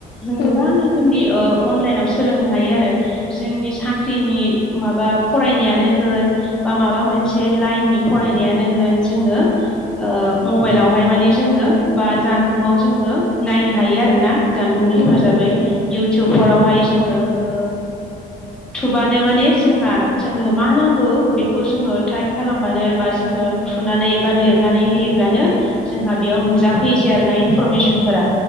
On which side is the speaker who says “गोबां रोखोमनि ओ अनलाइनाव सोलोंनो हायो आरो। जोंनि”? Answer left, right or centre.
Centre